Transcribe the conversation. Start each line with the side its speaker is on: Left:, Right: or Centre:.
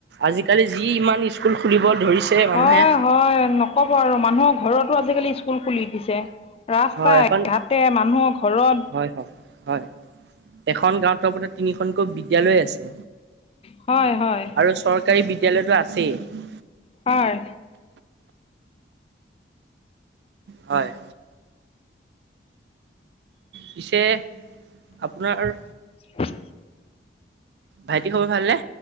Right: আজিকালি যি ইমান স্কুল খুলিব ধৰিছে মানুহে।
Left: হয় হয়, নক'ব আৰু মানুহৰ ঘৰতো আজিকালি স্কুল খুলি দিছে। ৰাস্তাই,
Right: হয় এখন
Left: ঘাটে মানুহৰ ঘৰত।
Right: হয় হয় -হয় এখন গাঁৱতটো আপোনাৰ তিনিখনকৈ বিদ্যালয় আছে।
Left: হয়', - হয়',
Right: আৰু চৰকাৰী বিদ্যালয়টো আছেই',
Left: হয়',
Right: হয়', পিছে আপোনাৰ',
Left: উম',
Right: ভাইটিৰ খবৰ ভালনে?